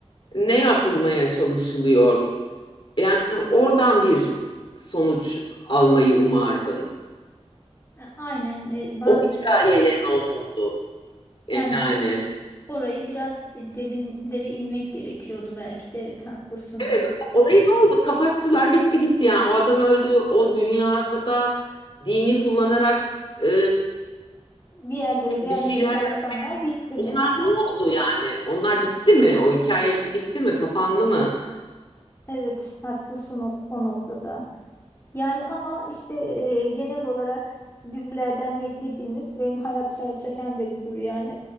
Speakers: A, on the left (about 50°); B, on the left (about 25°).
A: ne yapılmaya çalışılıyor? Yani oradan bir sonuç almayı umardım.
B: e, Aynen e, bazı
A: O hikayeye ne oldu?
B: yani
A: Yani
B: orayı biraz e, derinlere inmek gerekiyordu belki de evet haklısın.
A: evet orayı ne oldu? Kapattılar bitti gitti yani o adam öldü o dünyada dini kullanarak e,
B: Bir yerlere gelmeye
A: bir şeyler
B: çalışanlar bitti
A: onlar
B: mi?
A: ne oldu yani? Onlar bitti mi? O hikaye bitti mi? Kapandı mı?
B: Evet, haklısın o, o noktada. Yani ama işte e, genel olarak dizilerden beklediğimiz benim hayat felsefem de budur yani.